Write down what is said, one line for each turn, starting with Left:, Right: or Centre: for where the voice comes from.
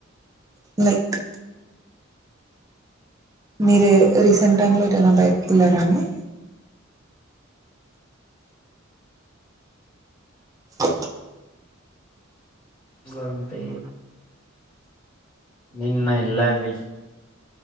Right: లైక్ మీరు రీసెంట్ టైంలో ఏటైనా బైటికెళ్ళారా అండి అ
Left: అంటే నిన్న ఎల్లాండి